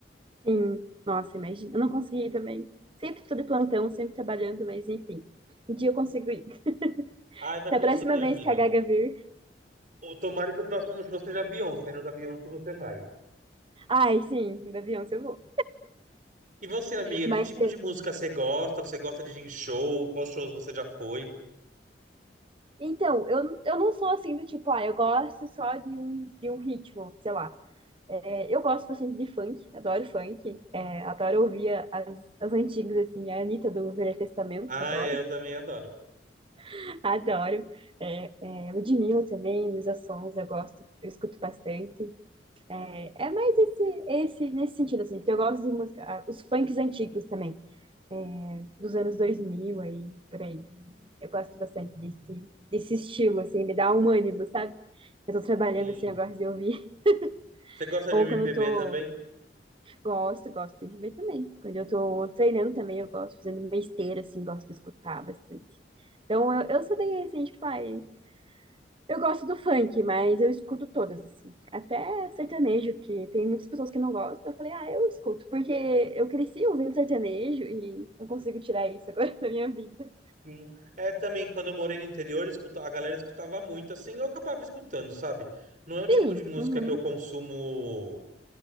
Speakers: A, on the right (about 30°); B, on the right (about 45°).
A: Sim, nossa, imagina. Eu não consegui ir também. Sempre tô de plantão, sempre trabalhando, mas enfim. Um dia eu consigo ir. <laughs>
B: Ai, vai
A: Se
B: conseguir,
A: a próxima
B: amiga.
A: vez que a Gaga vir,
B: Ô, Tomara que o próximo show seja a Beyoncé, não da Beyoncé você vai.
A: ai, sim, da Beyoncé eu vou.
B: E você, amiga,
A: Mas
B: que tipo
A: é,
B: de música você gosta? Você gosta de ir em show? Quais shows você já foi?
A: Então, eu, eu não sou assim do tipo, ah, eu gosto só de um, de um ritmo, sei lá. É, eu gosto bastante de funk, adoro funk, é, adoro ouvir a- as, as antigas, assim, a Anitta do Velho Testamento,
B: Ai,
A: adoro,
B: é, eu também adoro.
A: <laughs> adoro. É, é, Ludmilla também, Luísa Sons, eu gosto, eu escuto bastante. É é mais esse, esse, nesse sentido, assim, porque eu gosto de música, ah, os funks antigos também, é, dos anos 2000 aí, por aí. Eu gosto bastante desse, desse estilo, assim, me dá um ânimo, sabe? Eu tô trabalhando
B: Sim.
A: assim, eu gosto de ouvir.
B: Você
A: <laughs>
B: gosta
A: Ou
B: de MPB
A: quando eu tô.
B: também?
A: Gosto, gosto de ver também. Quando eu tô treinando também, eu gosto, fazendo uma esteira, assim, gosto de escutar bastante. Então, eu, eu sou bem assim, tipo, ai, eu gosto do funk, mas eu escuto todas, assim. Até sertanejo, que tem muitas pessoas que não gostam. Eu falei, ah, eu escuto, porque eu cresci ouvindo sertanejo e não consigo tirar isso agora <laughs> da minha vida.
B: Sim. É também, quando eu morei no interior, escuta- a galera escutava muito, assim, eu acabava escutando, sabe? Não é um tipo
A: Sim,
B: de música
A: uhum,
B: que eu consumo